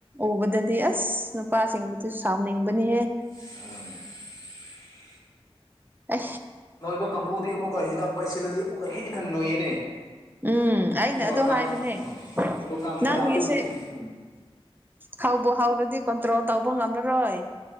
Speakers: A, on the right; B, on the left.
A: ꯎꯕꯗꯗꯤ ꯑꯁ ꯅꯨꯄꯥꯁꯤꯡꯕꯗꯨ ꯁꯥꯎꯅꯤꯡꯕꯅꯤꯍꯦ
B: ꯑ
A: ꯑ
B: ꯅꯣꯏꯕ ꯀꯥꯡꯕꯨꯗꯤ ꯑꯃꯨꯛꯀ ꯍꯤꯗꯥꯛ ꯄꯥꯏꯁꯤꯜꯂꯗꯤ ꯑꯃꯨꯛꯀ ꯍꯦ ꯍꯟꯅ ꯅꯣꯏꯌꯦꯅꯦ
A: ꯎꯝ ꯑꯩꯅ
B: ꯑꯃꯨꯛꯀ
A: ꯑꯗꯨꯣ
B: ꯀꯥꯡ
A: ꯍꯥꯏꯕꯅꯦ
B: ꯑꯥ ꯑꯗꯨ ꯀꯥꯡꯕꯅ
A: ꯅꯪꯉꯁꯦ
B: ꯑꯗꯨꯝ ꯎꯝ
A: ꯍꯥꯎꯕ ꯍꯥꯎꯔꯗꯤ ꯀꯟꯇ꯭ꯔꯣ ꯇꯥꯎꯧꯕ ꯉꯝꯃꯔꯣꯏ